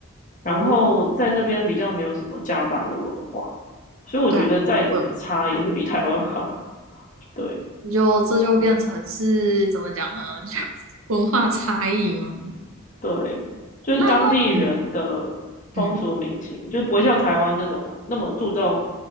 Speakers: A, on the left; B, on the right.
A: 然后在那边比较没有什么加班的文化，
B: 哦，
A: 所以我觉得再怎么差也是比台湾好。
B: 对啊，会
A: 对，
B: 就这就变成是怎么讲呢？
A: 嗯，
B: <laughs> 就文化差异吗？
A: 对，就是当地人的风俗民情，
B: 那那嗯嗯，
A: 就不会像台湾那种那么注重